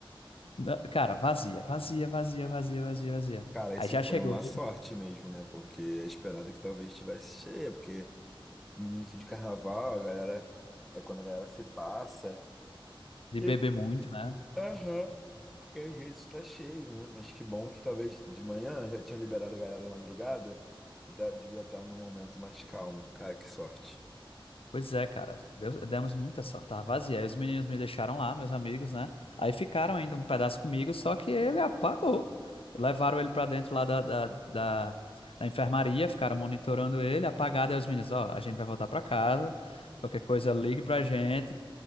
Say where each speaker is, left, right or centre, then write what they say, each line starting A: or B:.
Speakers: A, on the left (about 85°); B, in the centre.
A: Na- Cara, vazia, vazia, vazia, vazia, vazia, vazia.
B: Cara,
A: Aí
B: isso
A: já
B: foi
A: chegou
B: uma sorte mesmo, né? Porque é esperado que talvez estivesse cheia, porque início de carnaval, a galera. É quando a galera se passa.
A: de
B: E.
A: beber muito, né?
B: Aham. E às vezes tá cheio, né? Mas que bom que talvez de manhã já tinham liberado a galera da madrugada e tá- devia estar num momento mais calmo. Cara, que sorte.
A: Pois é, cara. Deus- demos muita sorte. Tava vazia. Aí os meninos me deixaram lá, meus amigos, né? Aí ficaram ainda um pedaço comigo, só que ele apagou. Levaram ele pra dentro lá da, da, da, da enfermaria, ficaram monitorando ele, apagado. Aí os meninos, ó, a gente vai voltar pra casa. Qualquer coisa, ligue pra gente.